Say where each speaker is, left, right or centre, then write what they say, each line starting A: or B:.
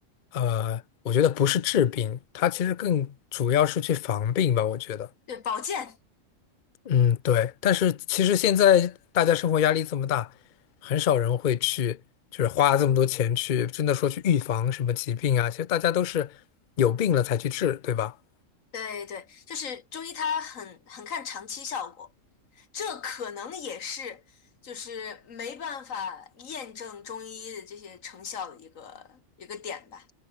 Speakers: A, on the left; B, on the left.
A: 呃，我觉得不是治病，它其实更主要是去防病吧，我觉得。
B: 对，保健。
A: 嗯，对。但是其实现在大家生活压力这么大，很少人会去就是花这么多钱去真的说去预防什么疾病啊，其实大家都是有病了才去治，对吧？
B: 对对，就是中医它很很看长期效果，这可能也是就是没办法验证中医的这些成效的一个一个点吧，